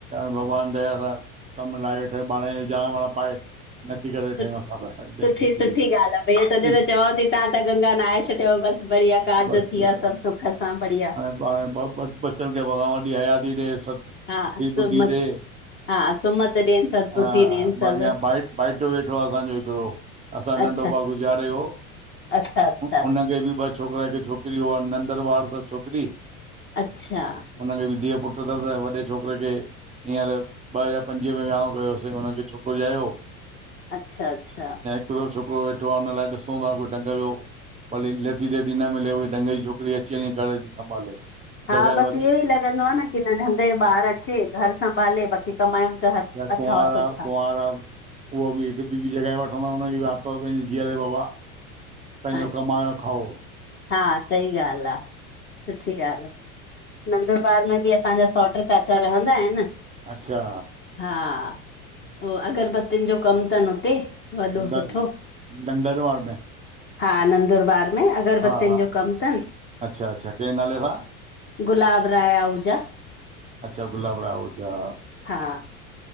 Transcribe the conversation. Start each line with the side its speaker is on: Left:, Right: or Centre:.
Right: भॻवान दया सां कमु लाहे वेठा आयूं ॿार जो जाणा ॿणां पाए। नकी करे वेठा
Left: सु,
Right: आहियूं असां पंहिंजी
Left: सुठी
Right: ज़िंदगीअ
Left: सुठी ॻाल्हि आ, भईया
Right: में
Left: तॾी त चवांव ती तहां त गंगा नहाए छॾियव बसि बढ़िया। कारज
Right: बसि
Left: थी विया सभ सुख सां बढ़िया।
Right: हाणे ॿ बचन खे भॻवान वॾी हयाती ॾे सब सुठी
Left: हा सुमत
Right: ॿुधी ॾे।
Left: हा सुमत ॾियनि सदबुद्धि
Right: हा,
Left: ॾियनि
Right: बाक़ी
Left: सभु
Right: हाण भट भाइटो वेठो आ असांजो हिकड़ो। असांजो
Left: अच्छा,
Right: नंढो भाउ गुज़ारे वियो,
Left: अच्छा, अच्छा,
Right: हुनखे बि बच छोकरा के छोकरी हुन नंदर ॿार तस छोकरी।
Left: अच्छा
Right: उनखे बि धीअ पुट तस, ऐं वॾे छोकरे खे हींअर ॿ हज़ार पंजवीह में विहाउं कयोसीं हुनन खे छोकरो ॼायो।
Left: अच्छा, अच्छा
Right: हिकड़ो छोकरो वेठो आ हुन लाइ ॾिसूंता कोई ढंग जो भली ॾेती लेती न मिले उअई ढंग जी छोकरी अची वञे घर अची संभाले।
Left: हा,
Right: जॻहि
Left: बस
Right: वॻहि
Left: इयो ई लॻंदो आ न की न ढंग जो ॿार अचे घर संभाले बाक़ी कमायूं त हर
Right: चाहे
Left: अथव
Right: कुंवारा
Left: सुठा
Right: कुंवारा उहा बि हिक ॿी बि जॻह वठंदा आऊं हुन जी बी आरितवर पैंजी जीअरे बाबा। पैंजो
Left: हा
Right: कमायो खाओ।
Left: हा सही ॻाल आ, सुठी ॻाल आ। नंदबार में बि असांजा सौट्र चाचा रहंदा आहिन।
Right: अच्छा
Left: हा, पो अगरबत्तीन जो कम तन हुते। वॾो
Right: नंदर
Left: सुठो
Right: नंदर वार में?
Left: हा, नंदुरबार में अगरबत्तिन
Right: हा हा
Left: जो कम तन।
Right: अच्छा अच्छा कंहिं नाले सां
Left: गुलाब राय आहूजा।
Right: अच्छा, गुलाब राहुजा।
Left: हा,